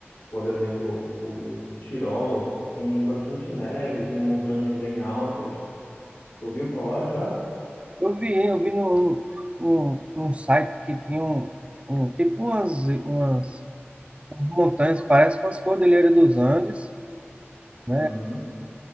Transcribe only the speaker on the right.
Eu vi, eu vi num, num, num site que tinha um, um tipo umas, umas montanhas, parece com as Cordilheiras dos Andes, né?